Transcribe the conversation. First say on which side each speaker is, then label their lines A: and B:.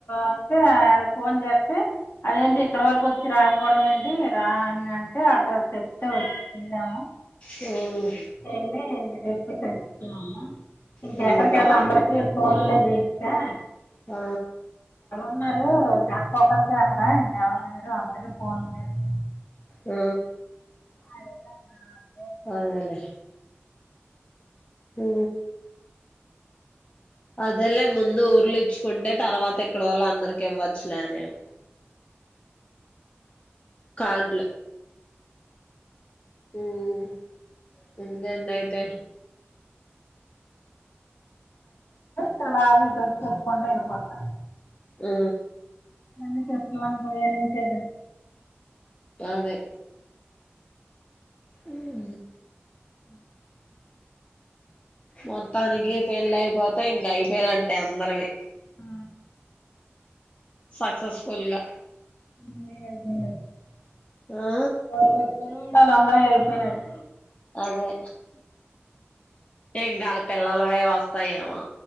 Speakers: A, on the left; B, on the left.
A: అంటే అది ఫోన్ జేతే అదేంటి ఇక్కడ వరకు వచ్చి రాకపోవడం ఏంటి రా అని అంటే అడ్రస్ చెప్తే వచ్చి వెళ్లము
B: ఊ
A: వెళ్ళ ఇంక చెప్పేసి వచ్చాను ఇంకెక్కడికి
B: మ్మ్
A: వెెళ్ళా అందరికి ఫోన్లో జేప్తే
B: ఆ
A: ఉన్నారు డాక్క ఒకరితే అక్కడ ఇం ఎవరు లేరు ఫోన్ జేతే
B: ఉ
A: <unintelligible>
B: అదేలేే ఊ అదేలే ముందు ఊర్లు ఇచ్చుకుంటే తర్వాత ఇక్కడ వాళ్ళ అందరికి ఇవ్వ స్లాదేవ్ కాడ్లు ఉమ్ ఉండండయితే
A: చలా చెపుకుంట వెళ్ళిపోతది
B: ఆ
A: అన్నీ తెసుల వంగ ఏన్నితే
B: అదే ఉం
A: <inaudible>
B: మొత్తానికి పెళ్ళ అయిపోతే ఇంక అయిపోయిదంటే అందరవి
A: ఆ,
B: సక్సెస్ఫుల్ గా
A: <unintelligible>
B: ఆ
A: డులు వాళ్లందరివి అయిపోయినట్ట
B: అదే ఇంకాలి పిల్లలవే వస్తాయేమో